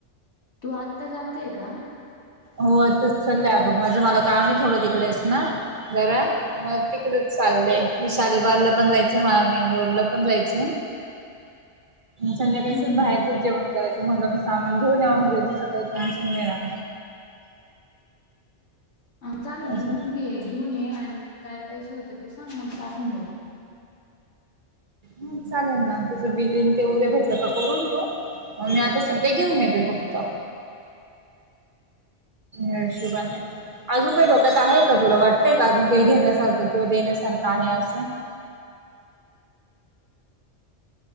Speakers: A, on the left; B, on the right.
A: तू आत्ता जातय का
B: होता चचालं अगं माझं मला काम आहे थोडं तिकडेच ना जरा मग तिकडे चालद शालेबारला पण जायचं मला मेन रोड ला पण जायचंय संध्याकाळीसच
A: हम्म
B: बाहेरच जेवण करायचं म्हणला मण सामान घेऊन याव म्हणजे हो. ैतनसंदे रा
A: ह चाल घेऊन
B: असं.
A: घे घेऊन ये आणि काय पैसे होत ते सांग मग टाकवून देत.
B: ह चागल ना तसं बिलिंग ते उद्या भेटलं का करून घेऊ मग मी आता सध्या घेऊन येते फक्त हशुबा नाही अजून काही डोकयत आहे का तुला वाटत. का आपून काही घेण्यासारखं किंवा देण्यासारखं आहे असं.